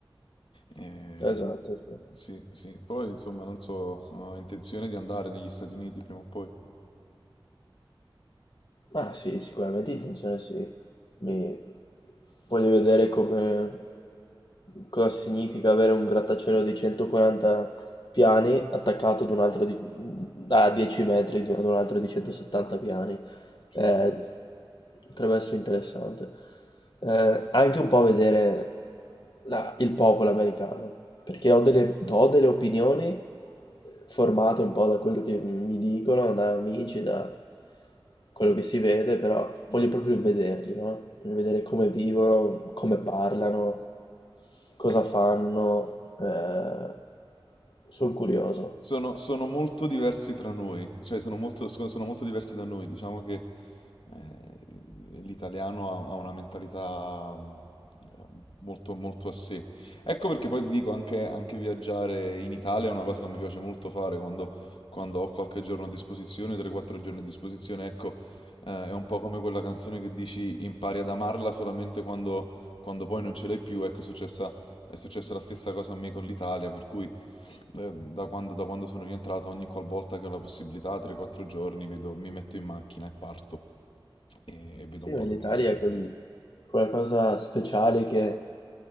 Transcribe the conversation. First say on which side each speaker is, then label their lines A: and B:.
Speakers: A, on the left (about 75°); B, on the left (about 55°).
A: Eh,
B: esatto, sì.
A: sì, sì, poi insomma non so, ho intenzione di andare negli Stati Uniti prima o poi.
B: Ah sì, sicuramente intenzione sì. Mi... Voglio vedere come... cosa significa avere un grattacielo di 140 piani attaccato ad un altro di... a 10 metri di- ad un altro di 170 piani.
A: Certo.
B: Eh, Potrebbe essere interessante. Eh, anche un po' vedere la- il popolo americano, perché ho delle, ho delle opinioni formate un po' da quello che mi dicono, da amici, da quello che si vede, però voglio proprio vederli, no? Voglio vedere come vivono, come parlano, cosa fanno. eh, sono curioso.
A: Sono, sono molto diversi tra noi, cioè sono molto, scu- sono molto diversi da noi. Diciamo che eh, l'italiano ha, ha una mentalità mm, eh, molto, molto a sé. Ecco perché poi ti dico, anche, anche viaggiare in Italia è una cosa che mi piace molto fare quando, quando ho qualche giorno a disposizione, 3-4 giorni a disposizione. Ecco, eh, è un po' come quella canzone che dici impari ad amarla solamente quando, quando poi non ce l'hai più. Ecco, è successa, è successa la stessa cosa a me con l'Italia, per cui... Eh, Da quando, da quando sono rientrato, ogni qualvolta che ho la possibilità, 3-4 giorni, vedo- mi metto in macchina e parto e, e vedo
B: Sì,
A: un
B: ma
A: po'
B: l'Italia
A: dove riesco ad
B: è quel-
A: andare.
B: quella cosa speciale che